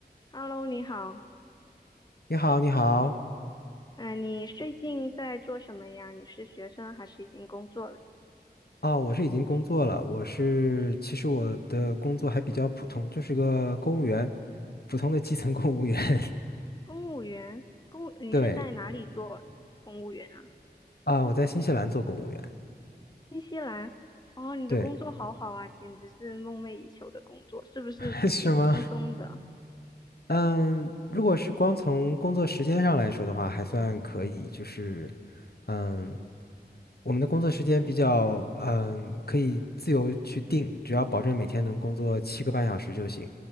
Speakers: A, on the left (about 25°); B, on the left (about 65°).
A: Hello，你好。
B: 你好，你好，
A: 嗯、你最近在做什么呀？你是学生还是已经工作了？
B: 哦，我是已经工作了，我是，其实我的工作还比较普通，就是个公务员，普通的基层公务员。<laughs>
A: 公务员，公你是在哪里做公务员啊？
B: 对，啊，我在新西兰做公务员。
A: 新西兰。哦，你的工作好好啊，
B: 对，
A: 简直是梦寐以求的工作，是不是挺轻松的？
B: <laughs> 是吗？嗯，如果是光从工作时间上来说的话，还算可以，就是，嗯，我们的工作时间比较，嗯，可以自由去定，只要保证每天能工作七个半小时就行。